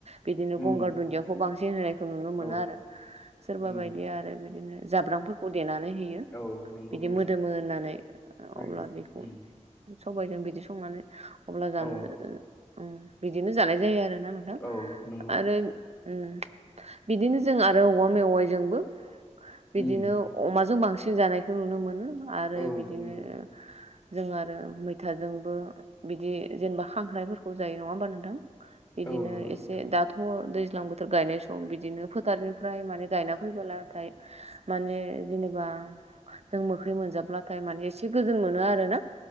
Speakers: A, on the right; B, on the left.
A: बिदिनो
B: उम
A: गंगार दुन्दियाखौ बांसिन होनायखौ नुनो मोनो
B: औ
A: आरो सोरबा
B: उम
A: बायदि आरो बिदिनो जाब्रांफोरखौ देनानै होयो
B: औ नंगौ
A: बिदि
B: नोंथां
A: मोदोमो होननानै
B: थारैनो
A: अब्ला बेखौ
B: उम
A: सबाइजों बिदि संनानै अब्ला जानो
B: औ
A: उम बिदिनो जानाय जायो आरोना आं। नोंथां
B: औ नंगौ
A: आरो उम बिदिनो जों आरो औवा मेवाइजोंबो बिदिनो
B: उम
A: अमाजों बांसिन जानायखौ नुनो मोनो आरो
B: औ
A: बिदिनो
B: नंगौ
A: जों आरो मैथाजोंबो बिदि जेनेबा खांख्रायफोरखौ जायो नङा ओमबा नोंथां? इदिनो
B: औ नंगौ
A: एसे
B: नोंथां
A: दाब थ' दैज्लां बोथोर गायनाय सम बिदिनो फोथारनिफ्राय माने गायना फैबोलाथाय माने जेनेबा जों मोखै मोनजाब्लाथाय माने एसे गोजोन मोनो आरो ना